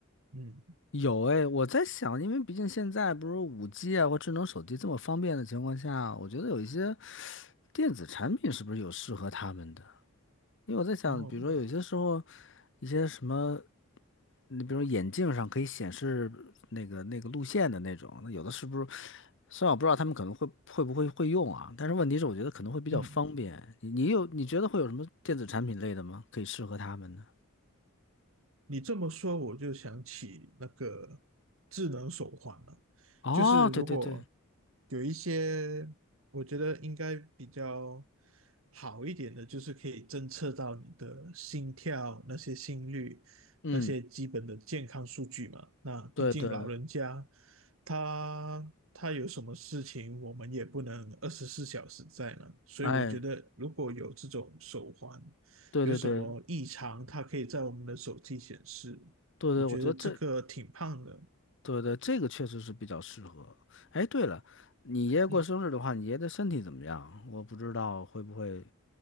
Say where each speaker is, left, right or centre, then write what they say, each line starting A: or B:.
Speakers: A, on the right (about 65°); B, on the left (about 55°).
A: 嗯，
B: 有哎，我在想，因为毕竟现在不是 5G 啊或智能手机这么方便的情况下，我觉得有一些电子产品是不是有适合他们的？因为我在想，
A: 哦，
B: 比如说有些时候，一些什么，你比如说眼镜上可以显示那个那个路线的那种，那有的是不是？虽然我不知道他们可能会会不会会用啊，但是问题是我觉得可能会比较方便。
A: 嗯。
B: 你你有你觉得会有什么电子产品类的吗？可以适合他们的？
A: 你这么说，我就想起那个智能手环了。
B: 哦，
A: 就是如果
B: 对对对，
A: 有一些，我觉得应该比较好一点的，就是可以侦测到你的心跳、那些心率、
B: 嗯，
A: 那些基本的健康数据嘛。那毕竟老人家，
B: 对对，
A: 他他有什么事情，我们也不能二十四小时在呢。所以我觉得，
B: 哎，
A: 如果有这种手环，
B: 对对对
A: 有什么异常，它可以在我们的手机显示。
B: 对对，
A: 我觉得这个挺胖的，
B: 我觉得这对对这个确实是比较适合。哎，对了，你爷爷过生日的话，
A: 嗯
B: 你爷爷的身体怎么样？我不知道会不会。